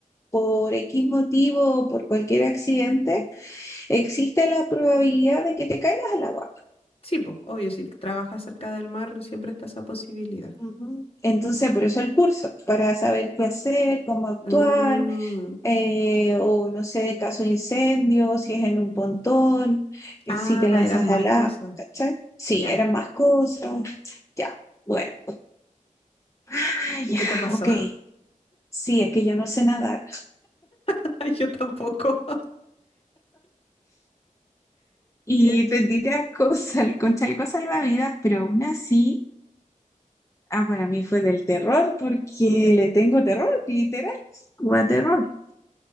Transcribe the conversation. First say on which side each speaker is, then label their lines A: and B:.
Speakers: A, on the left; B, on the left.
A: por X motivo o por cualquier accidente, existe la probabilidad de que te caigas al agua.
B: sí, pues, obvio, si trabajas cerca del mar, siempre está esa posibilidad.
A: Ujú. Entonces, por eso el curso, para saber qué hacer, cómo actuar,
B: Mm.
A: eh, o no sé, en caso de incendio, si es en un pontón, eh,
B: Ah,
A: si te lanzas
B: eran más
A: al agua,
B: cosas.
A: ¿cachai? Sí,
B: Ya.
A: eran más cosas. Ya, bueno. Ah,
B: ¿Y
A: ya,
B: qué te pasó?
A: ok. Sí, es que yo no sé nadar.
B: <laughs> Yo tampoco. <laughs>
A: Y
B: Ya.
A: tendí a con, con chaleco <laughs> salvavidas, pero aún así, ah, para mí fue del terror, porque le tengo terror, literal, como a terror.